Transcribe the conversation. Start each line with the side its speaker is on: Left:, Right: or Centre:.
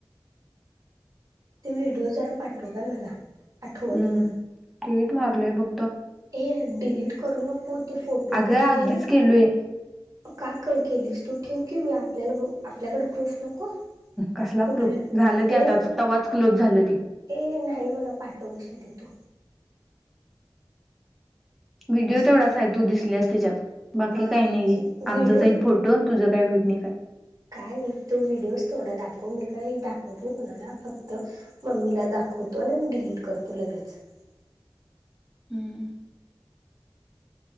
Right: ते व्हिडिओ जरा पाठव काय मला. आठवणीनं
Centre: हम्म डिलेट मारलय बघ.
Right: हे डिलीट करू नको ते फोटो
Centre: अगं
Right: पण
Centre: आधीच
Right: ठेव
Centre: केलोय
Right: का कळ केलीस तू ठेव कि आपल्याला आपल्याकडे प्रूफ नको.
Centre: कसला
Right: कुठ
Centre: प्रुफ झालं ते
Right: ए
Centre: आता तवाच क्लोज झालं ते.
Right: ए नाही मला पाठव ग श्रदे तु.
Centre: व्हिडिओ
Right: असते
Centre: तेवढाच हाय तू दिसलीयेस त्याच्यात बाकी
Right: हा
Centre: काही
Right: व्हिडिओ
Centre: नाहीे. आमचाच हाईत फोटो तुझं काही व्हू नाही. <unintelligible>
Right: काय नाही तो व्हिडिओस थोडा दाखवून म काही दाखवत नाही कुणाला फक्त मम्मीला दाखवतो आणि डिलीट करतो लगेच. <inaudible>
Centre: हम्म.